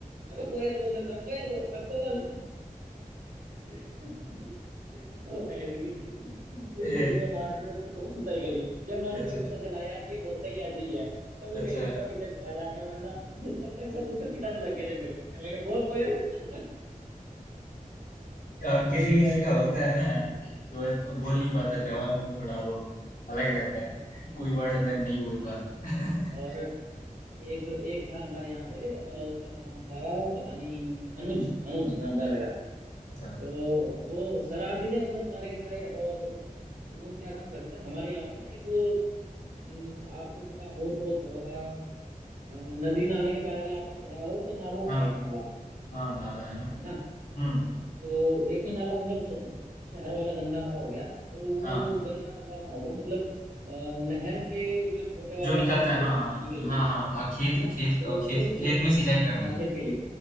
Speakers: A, on the right (about 70°); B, on the left (about 70°).
A: अबे कोयल बोलने का कोयल बोल अब कोयल <laughs> ओ भाई उसकी शुरू
B: ए,
A: शुरू में मास्टर ने उसकी बहुत सुताई करी जब मास्टर
B: अच्छा
A: को पता चला यार ये बोलता ही ऐसे ही है तब वो
B: अच्छा
A: कहीं उसका पीछा छुटा जा गया वरना तब तक सब उसको चिढ़ाने लग गए थे फिर कहने लगे बोल कोयल <laughs>
B: क्या- किसी
A: वही है
B: किसी का
A: इतने
B: होता
A: वो
B: है ना कि वो वो बोल नहीं पाता
A: हम्म
B: जवान वो थोड़ा वो अलग रहता है
A: हम्म
B: कोई
A: हम्म,
B: वर्ड नहीं बोल
A: हाँ
B: पाता <laughs>
A: और एक एक था हमारे यहाँ पे अ, उसका नाम था पता नहीं अनुज अनुज नाम का लड़का
B: अच्छा
A: तो वो शरारती थे मतलब सारे के सारे और वो क्या काम करते थे हमारे यहाँ पर ना एक वो, न, आपको पता हो तो थोड़ा सा अ, नदी नाले के बारे में आपने पढ़ा हो तो नाला था
B: हाँ
A: एक नाला
B: हाँ नाला है ना
A: है ना
B: हम्म
A: तो एक तो नाला मतलब श- शहर वाला गंदा नाला हो गया तो वो
B: हाँ
A: गंदा नाला ना होगा मतलब अ, नहर से जो छोटे वाले
B: जो निकलता
A: नाले निकलते
B: है हाँ
A: हैं
B: हाँ
A: पानी के लिए
B: हाँ हाँ आ, खेत
A: है ना तो
B: खेत अ, खेत
A: मतलब सिंचाई
B: खेत में सिंचाई करने
A: हाँ
B: के
A: खेत
B: लिए
A: के लिए